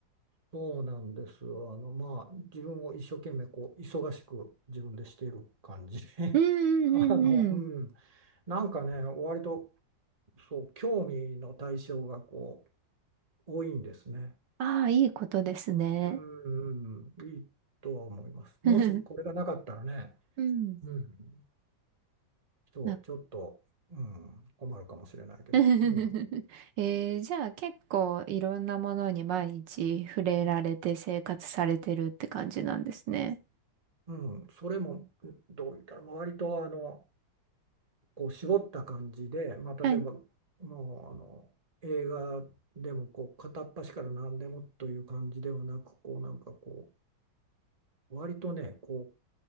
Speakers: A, on the right; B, on the right.
A: そうなんです。あの、まあ、自分を一生懸命こう忙しく自分でしている感じ。<laughs>
B: うんうんうんうん。
A: あの、うん、なんかね、割とそう、興味の対象がこう多いんですね。
B: ああ、いいことですね。
A: うん、うんいいとは思います。もしこれがなかったらね、
B: <laughs> うん。
A: うん、そう、
B: なん
A: ちょっと、うん、困るかもしれないけど、
B: <laughs>
A: 今、
B: えーじゃあ結構いろんなものに毎日触れられて生活されてるって感じなんですね。
A: うん、うん、それもどう言ったら、まあ割とあのこう絞った感じで、まあ、例えばもうあの映画でもこう片っ端から何でもという感じではなく、
B: はい。
A: こうなんかこう、割とね、こ